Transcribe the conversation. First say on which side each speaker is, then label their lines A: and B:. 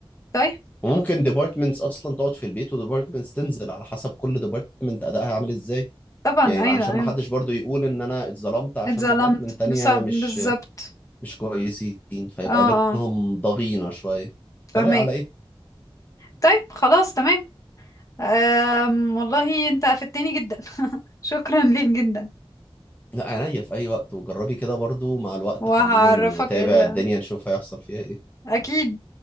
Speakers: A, on the left; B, on the left.
A: طيب
B: وممكن ديبارتمنتس اصلا تقعد في البيت وديبارتمنتس تنزل على حسب كل ديبارتمنت ادائها عامل ازاي
A: طبعا
B: يعني
A: ايوه
B: عشان
A: ايوه
B: ما حدش برضو يقول ان انا اتظلمت عشان
A: اتظلمت
B: ديبارتمنت تانية
A: بسب-
B: مش
A: بالظبط
B: مش كويسين فيبقى
A: اه اه
B: بينهم ضغينة شوية
A: فهمك
B: فلا على ايه
A: طيب خلاص تمام أم والله انت افدتني جدا <laughs> شكرا ليك جدا
B: لا عينيا في اي وقت وجربي كده برضو مع الوقت
A: وهعرفك
B: خلينا نتابع
A: ال...
B: الدنيا نشوف هيحصل فيها ايه
A: اكيد